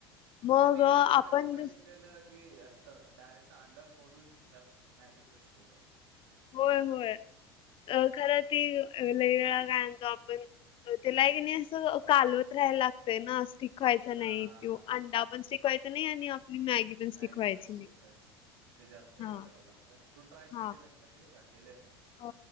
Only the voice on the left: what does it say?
मग
अ,
आपण
दुस-
होय होय खरं त लईवेेळा काय आणतो आपण त्याला एक क नाही असं कालवत राहायला लागतंय ना. शिकवायचा
नाही तो
अंडा पण शिकवायचा नाही आणि आपली मॅगी पण
शिकवायची
नाही.
हा
हा
अ